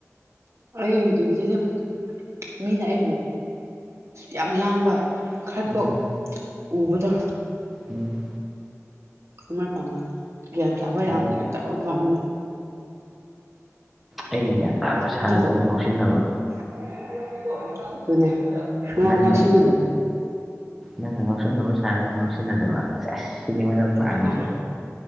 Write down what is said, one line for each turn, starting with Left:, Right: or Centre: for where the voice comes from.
Right: ꯑꯩꯒꯤꯖꯤꯗꯤ ꯃꯤꯅ ꯑꯩꯕꯨ ꯌꯥꯝ ꯂꯥꯡꯕ ꯈꯠꯄꯥ
Centre: ꯎꯝ
Right: ꯎꯕꯗꯣ
Centre: ꯎꯝ
Right: ꯑꯃꯥꯏꯅ ꯄꯥꯝꯃꯔ ꯒ꯭ꯌꯥꯟ ꯇꯥꯕ
Centre: ꯎꯝ
Right: ꯌꯥꯝ ꯒ꯭ꯌꯥꯟ ꯇꯥꯕ ꯄꯥꯝꯃꯦ
Centre: ꯑꯩꯅ ꯒ꯭ꯌꯥꯟ ꯇꯥꯕ ꯁꯥꯔꯒ
Right: ꯑꯗꯨꯕꯨ
Centre: ꯉꯥꯎꯁꯤꯟꯅꯕ
Right: ꯑꯗꯨꯅꯦ ꯁꯨꯡꯉꯥꯎ
Centre: ꯅꯪꯅ
Right: ꯉꯥꯎꯁꯤꯟꯅꯗꯕꯗꯣ
Centre: ꯅꯪꯅ ꯉꯥꯎꯁꯤꯅꯕ ꯁꯥꯔꯒ ꯉꯥꯎꯁꯤꯟꯅꯗꯕ ꯁꯦꯁ ꯁꯤꯅꯦꯕ ꯅꯪ ꯄꯥꯝꯃꯤꯁꯦ
Right: ꯑꯥ ꯑꯥ